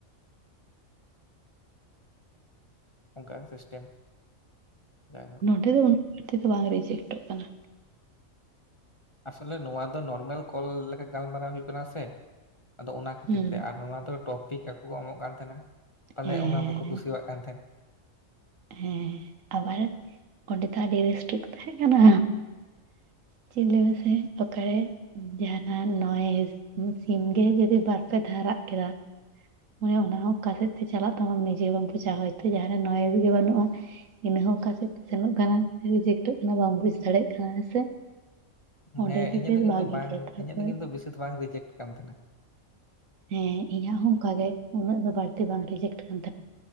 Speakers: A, on the left; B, on the right.
A: ᱚᱝᱠᱟ ᱜᱮ ᱥᱤᱥᱴᱮᱢ ᱡᱟᱭᱦᱳᱠ
B: <unintelligible> ᱵᱟᱝ ᱨᱮᱤᱡᱮᱠᱴᱚᱜ ᱠᱟᱱᱟ
A: ᱟᱥᱚᱞᱮ ᱱᱚᱶᱟ ᱫᱚ ᱱᱚᱨᱢᱟᱞ ᱠᱚᱞ ᱞᱮᱠᱟ ᱜᱟᱞᱢᱟᱨᱟᱣ ᱦᱩᱭᱩᱜ ᱠᱟᱱᱟ ᱥᱮ᱾ ᱟᱫᱚ ᱚᱱᱟ ᱠᱷᱟᱹᱛᱤᱨ
B: ᱦᱩᱸ
A: ᱛᱮ ᱟᱨ ᱚᱱᱟ ᱫᱚ ᱴᱚᱯᱤᱠ ᱟᱠᱚ ᱠᱚ ᱮᱢᱚᱜ ᱠᱟᱱ ᱛᱟᱦᱮᱱᱟ ᱛᱟᱦᱚᱞᱮ
B: ᱦᱮᱸ
A: ᱚᱱᱟ ᱵᱟᱠᱚ ᱠᱩᱥᱤᱣᱟᱜ ᱠᱟᱱ ᱛᱟᱦᱮᱸᱱ᱾
B: ᱦᱮᱸ ᱟᱵᱟᱨ ᱚᱸᱰᱮ ᱫᱚ ᱟᱹᱰᱤ <unintelligible> ᱠᱚ ᱛᱟᱦᱮᱸ ᱠᱟᱱᱟ᱾ ᱪᱮᱜ ᱞᱟᱹᱭ ᱢᱮᱥᱮ᱾ ᱚᱠᱟᱨᱮ ᱡᱟᱦᱟᱱᱟᱜ ᱱᱚᱭᱮᱥ ᱥᱤᱢ ᱜᱮ ᱡᱩᱫᱤ ᱵᱟᱨᱯᱮ ᱫᱷᱟᱣ ᱨᱟᱜ ᱠᱮᱫᱟ ᱢᱚᱱᱮ ᱚᱱᱟ ᱦᱚᱸ ᱚᱠᱟᱥᱮᱫ ᱛᱮ ᱪᱟᱞᱟᱜ ᱛᱟᱢᱟ ᱱᱤᱡᱮ ᱵᱟᱢ ᱵᱩᱡᱟ ᱦᱚᱭᱛᱚ ᱡᱟᱦᱟᱱᱟᱜ ᱱᱚᱭᱮᱥ ᱜᱮ ᱵᱟᱹᱱᱩᱜᱼᱟ᱾ ᱤᱱᱟᱹ ᱦᱚᱸ ᱚᱠᱟ ᱥᱮᱫ ᱛᱮ ᱥᱮᱱᱚᱜ ᱠᱟᱱᱟ ᱨᱤᱡᱮᱠᱴᱚᱜ ᱠᱟᱱᱟ ᱵᱟᱢ ᱵᱩᱡ ᱫᱟᱲᱮᱜ ᱠᱟᱱᱟ ᱦᱮᱸ ᱥᱮ? ᱚᱸᱰᱮ
A: ᱦᱮᱸ ᱤᱧᱟᱹᱜ
B: ᱵᱮᱥ
A: ᱫᱚ ᱠᱤᱱᱛᱩ
B: ᱵᱷᱟᱜᱤ
A: ᱵᱟᱝ
B: ᱜᱮ ᱛᱟᱨᱯᱚᱨ
A: ᱤᱧᱟᱹᱜ ᱫᱚ ᱠᱤᱱᱛᱩ ᱵᱮᱥᱤ ᱫᱚ ᱵᱟᱝ ᱨᱮᱡᱮᱠᱴ ᱠᱟᱱ ᱛᱟᱦᱮᱸᱱᱟ᱾
B: ᱦᱮᱸ ᱤᱧᱟᱹᱜ ᱦᱚᱸ ᱚᱝᱠᱟᱜ ᱜᱮ ᱩᱱᱟᱹᱜ ᱫᱚ ᱵᱟᱹᱲᱛᱤ ᱵᱟᱝ ᱨᱮᱡᱮᱠᱴ ᱠᱟᱱ ᱛᱟᱦᱮᱱᱟ᱾